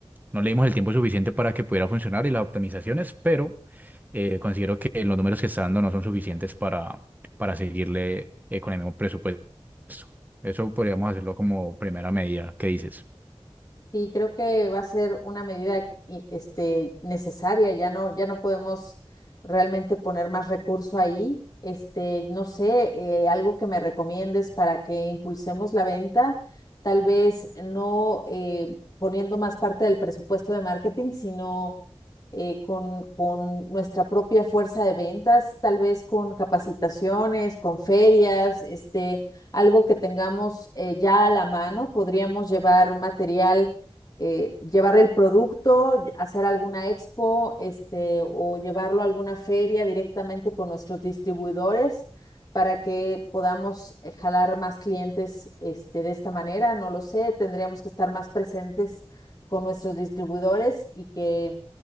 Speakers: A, on the right (about 15°); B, on the left (about 35°).
A: no le dimos el tiempo suficiente para que pudiera funcionar y las optimizaciones, pero eh, considero que los números que está dando no son suficientes para, para seguirle eh, con el mismo presupuesto. Eso podríamos hacerlo como primera medida. ¿Qué dices?
B: Sí, creo que va a ser una medida i- este, necesaria. Ya no, ya no podemos realmente poner más recurso ahí. Este, no sé, eh, algo que me recomiendes para que impulsemos la venta, tal vez no eh, poniendo más parte del presupuesto de marketing, sino eh, con, con nuestra propia fuerza de ventas, tal vez con capacitaciones, con ferias, este, algo que tengamos eh, ya a la mano. Podríamos llevar material eh, llevar el producto, hacer alguna expo, este, o llevarlo a alguna feria directamente con nuestros distribuidores para que podamos eh, jalar más clientes, este, de esta manera. No lo sé, tendríamos que estar más presentes con nuestros distribuidores y que